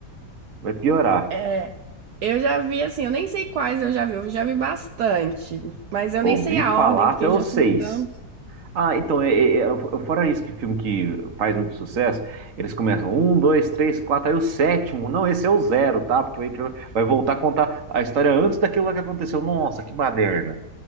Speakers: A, on the right; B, on the right.
A: vai piorar.
B: É. Eu já vi, assim, eu nem sei quais eu já vi, eu já vi bastante, mas eu
A: Ouvi
B: nem sei a
A: falar
B: ordem,
A: até
B: porque
A: o
B: já
A: 6.
B: são tantos.
A: Ah, então, é, é- é- fora isso que filme que faz muito sucesso, eles começam um, dois, três, quatro, aí o sétimo. Não, esse é o zero, tá? Porque a gente vai voltar a contar a história antes daquilo lá que aconteceu. Nossa, que baderna.